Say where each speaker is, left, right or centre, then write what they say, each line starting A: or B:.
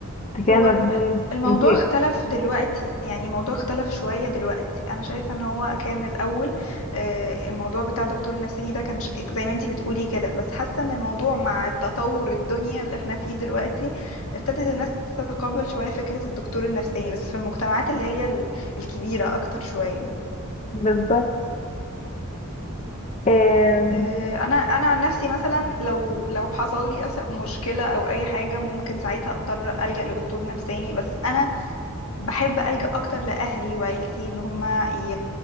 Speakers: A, on the left; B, on the left.
A: انت كده
B: هو
A: مجنون
B: الم- الموضوع
A: انت
B: اختلف دلوقتي يعني الموضوع اختلف شوية دلوقتي أنا شايفة إن هو كان الأول آه، الموضوع بتاع دكتور النفساني ده كان ش- زي ما انتي بتقولي كده بس حاسة إن الموضوع مع التطور الدنيا اللي احنا فيه دلوقتي ابتدت الناس تتقبل شوية فكرة الدكتور النفساني بس في المجتمعات اللي هي ال- الكبيرة أكتر شوية
A: بالظبط آم،
B: آه، انا انا عن نفسي مثلا لو لو حصل لي أس- مشكله او اي حاجه ممكن ساعتها اضطر الجا لدكتور نفساني بس انا بحب ألجأ أكتر لأهلي وعيلتي إن هما ي...